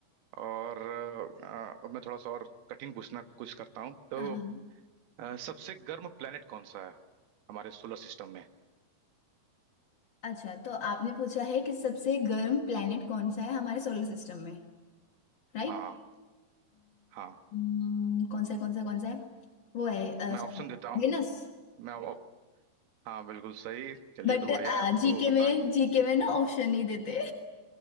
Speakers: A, on the right; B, on the left.
A: और अ, अब मैं थोड़ा सा और कठिन पूछना कुछ करता हूँ तो
B: हाँ।
A: अ, सबसे गर्म प्लेनेट कौन सा है हमारे सोलर सिस्टम में
B: अच्छा तो आपने पूछा है कि सबसे गर्म प्लेनेट कौन सा है हमारे सोलर सिस्टम में राइट
A: हाँ हाँ
B: कौन सा है कौन सा कौन सा है वो है
A: मैं ऑप्शन देता हाँ हूँ
B: वेनस
A: मैं ऑप- हाँ बिल्कुल सही चलिए
B: बट
A: तो बढ़िया है आपको
B: जीके
A: आता
B: में
A: है
B: जीके में ना ऑप्शन नहीं देते